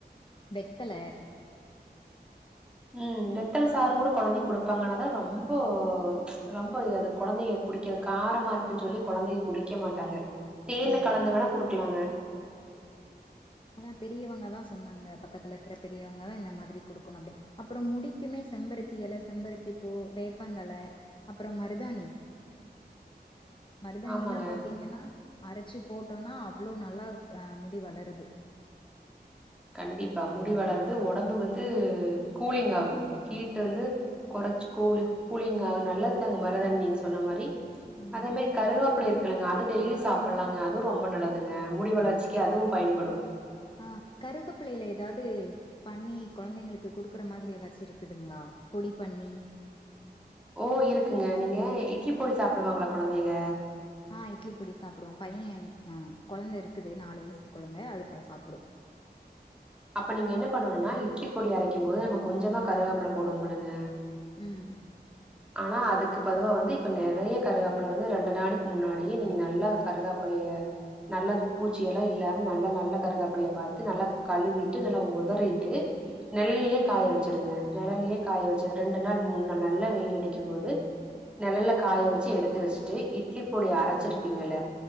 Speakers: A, on the left (about 30°); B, in the centre.
A: வெத்தல
B: ம் வெத்தல சாரு கூடோ கொழந்தைக் குடுப்பாங்க ஆனா அதா ரொம்போ ரொம்ப அது கொழந்தைய குடிக்கற காரமா இருக்குன் சொல்லி கொழந்தைய குடிக்க மாட்டாங்க தேனு
A: ஆமா.
B: கலந்து வேணா குடுக்லாங்க
A: அதா பெரியவங்கதா சொன்னாங்க பக்கத்துலருக்ற பெரியவங்கதா இந்த மாத்ரி குடுக்கனு அப்டி அப்றோ முடிக்கிமே செம்பருத்தி எல செம்பருத்தி பூ வேப்பந்தழ அப்றோ மருதாணி மருதாணில்லா
B: ஆமாங்க
A: பாத்தீங்கன்னா அரச்சு போட்டோனா அவ்ளோ நல்லாக் அ முடி வளருது
B: கண்டிப்பா முடி வளருது ஒடம்பு வந்து கூலிங்காகு ஹீட் வந்து கொறச்சு கூலு கூலிங்காகு நல்லதாங்க மருதாணி நீங்க சொன்ன மாரி
A: ம்
B: அதே மாரி கருவாப்லரு க்குலங்க அது டெய்லி சாப்புலாங்க அதுவ் ரொம்ப நல்லதுங்க முடி வளர்ச்சிக்கி அதுவு பயன்படு
A: ஆ கருகப்பிள்ளைல எதாது பண்ணி கொழந்தைங்களுக்கு குடுக்குற மாத்ரி எதாச்சு இருக்குதுங்ளா பொடி பண்ணி
B: ஓ இருக்குங்க நீங்க இட்லி பொடி சாப்டுவாங்ளா கொழந்தைங்க
A: ஆ இட்லி பொடி சாப்டுவா பையேன் ஆ கொழந்த இருக்குது நாலு வய்சு கொழந்த அது பா சாப்புடு
B: அப்ப நீங்க என்ன பண்ணணுனா இட்லி பொடி அரைக்கம் போது நம்ம கொஞ்சமா கருகாப்ல போடுவம்லங்க
A: ம்
B: ஆனா அதுக்கு பதுவா வந்து இப்ப நெறைய கருகாப்ல வந்து ரெண்டு நாளுக் முன்னாடியே நீங்க நல்லா கருகாப்புலய நல்லா பூச்சியெல்லா இல்லாம நல்லா நல்ல கருகாப்புலயா பாத்து நல்லா கழுவிட்டு நல்லா ஒதறிட்டு நெழலிலே காய வச்சுருங்க நெழல்லயே காய வச்சு ரெண்டு நாள் மூன் நாள் நல்லா வெயில் அடிக்கும்போது நெழல்ல காய வச்சு எடுத்து வச்ட்டு இட்லி பொடி அரச்சிருப்பீங்ள